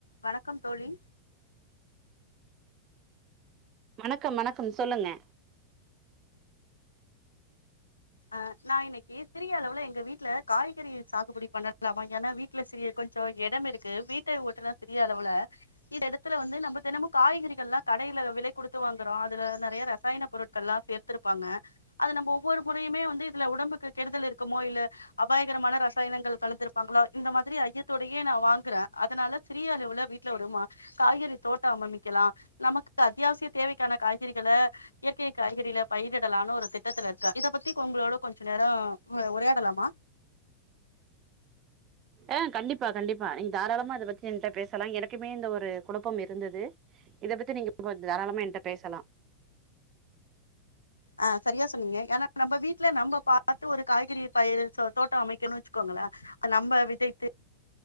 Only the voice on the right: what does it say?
வணக்கம் வணக்கம் சொல்லுங்க
ஆ கண்டிப்பா கண்டிப்பா நீங் தாராளமா அதை பத்தி ஏன்ட்ட பேசலா எனக்குமே இந்த ஒரு குழப்பம் இருந்தது இத பத்தி நீங்க தாராளமா என்கிட்ட பேசலா